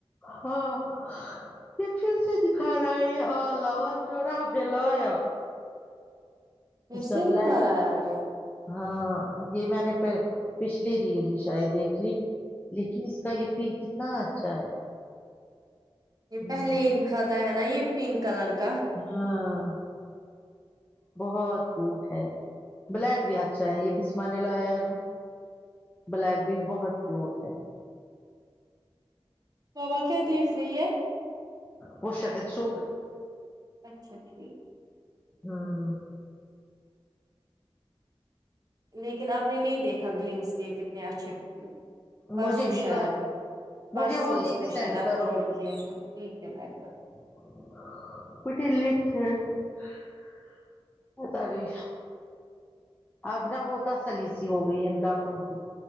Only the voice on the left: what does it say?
ہاں پ پھر سے دکھا رہا ہے آو <unintelligible> جوڑا نے لیا
اس
کا بلیک
ہاں یہ میں نے پ پچھلی ریل ہی شاید دیکھ لی لیکن اس کا یہ پک کتنا اچھا ہے
ہوں
ہاں بہت کیوٹ ہے بلیک بھی اچھا ہے یہ بسما نے لایا ہے نا بلیک بھی بہت کیوٹ ہے
وہ شاید سوگ
ہاں
مجھے ملا
ہے
مجھے وہ لنک
سینڈ
کرو
<unintelligible> پتہ نہیں اب نا وہ تسلی سی ہو گئی ان کپڑوں کی